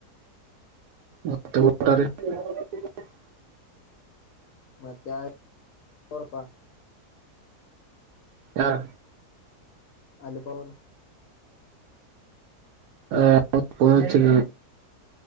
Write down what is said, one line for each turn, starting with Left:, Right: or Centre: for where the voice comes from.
Right: ಮತ್ತ ಗಟಾರೆ <unintelligible>
Left: ಮತ್ತೆ ಆರ ನೋಡಪಾ
Right: ಯಾರ್
Left: ಅಲಿಪವರ್
Right: ಹ ಫೋನ್ ಹಚ್ಚಿಲ